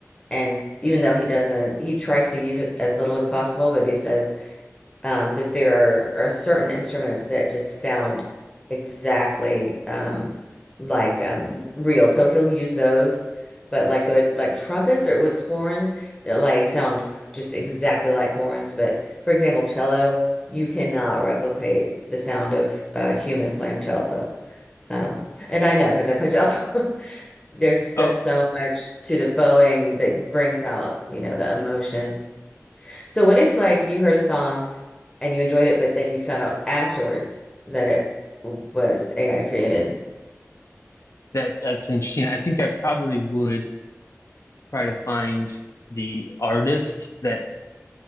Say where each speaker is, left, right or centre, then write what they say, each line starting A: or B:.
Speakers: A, on the left; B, on the left.
A: And even though he doesn't, he tries to use it as little as possible, but he said um, that there are, are certain instruments that just sound exactly um, like um, real. So he'll use those, but like, so it like trumpets or it was horns that like sound just exactly like horns. But for example, cello, you cannot replicate the sound of a human playing cello. Um, and I know because I play cello. <laughs> There's
B: oh
A: just so much to the bowing that brings out, you know, the emotion. So what if like you heard a song and you enjoyed it, but then you found out afterwards that it was AI created?
B: that that's interesting I think I probably would try to find the artist that